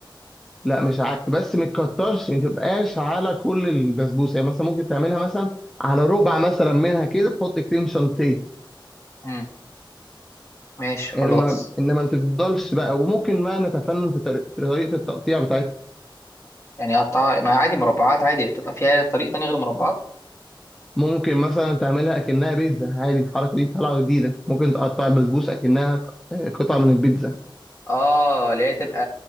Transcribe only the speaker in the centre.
لا مش عك بس ما تكترش ما تبقاش على كل البسبوسة يعني مثلا ممكن تعملها مثلا على ربع مثلا منها كده تحط كريم شانتيه
انما انما ما تفضلش بقى وممكن بقى نتفنن في طريق- في طريقه التقطيع بتاعتها
ممكن مثلا تعملها اكنها بيتزا عادي الحركه دي طالعه جديده ممكن تقطع البسبوسه اكنها ق- قطعه من البيتزا